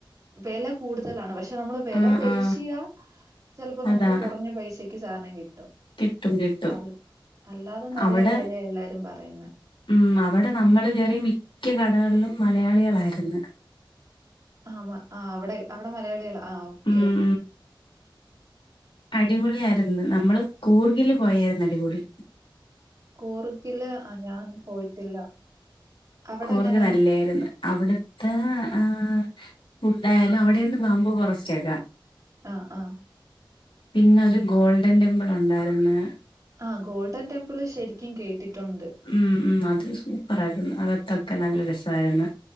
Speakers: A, on the right; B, on the left.
A: വില കൂടുതലാണ് പക്ഷെ നമ്മള് വില
B: ആഹ്
A: പേശിയാ
B: ആഹ്
A: ചിലപ്പോ നമുക്ക്
B: അതാ
A: കുറഞ്ഞ പൈസക്ക് സാധനം കിട്ടും
B: കിട്ടും കിട്ടും
A: അത് അല്ലാതെ നല്ല
B: അവിടെ
A: വിലയ എല്ലാരും പറയുന്ന
B: ഉം അവിടെ നമ്മൾ കേയറി മിക്ക കടകളിലും മലയാളികളായിരുന്നു
A: ആഹ് ആഹ് അവിടെ അവിടെ മലയാളികൾ ആ ക്കെ
B: ഉം അടിപൊളി ആയിരുന്നു നമ്മള് കൂർഗില് പോയായിരുന്നു അടിപൊളി
A: കൂർഗിൽ ഞാൻ പോയിട്ടില്ല അവിടെങ്ങനാ?
B: കൂർഗ്‌ നല്ലായിരുന്നു അവിടുത്തെ ആഹ് ഫുഡായാലും അവിടെന്ന് ബാമ്പു ഫോറസ്റ്റ് ആക്കാം
A: ആ ഹ്ആഹ്
B: പിന്നെ ഒരു ഗോൾഡൻ ടെമ്പിൾ ഉണ്ടായിരുന്നു
A: ആ ഗോൾഡൻ ടെമ്പിള് ശരിക്കും കേട്ടിട്ടുണ്ട്
B: ഉം ഉം അത് സൂപ്പർ ആയിരുന്നു അകത്തൊക്കെ നല്ല രസമായിരുന്നു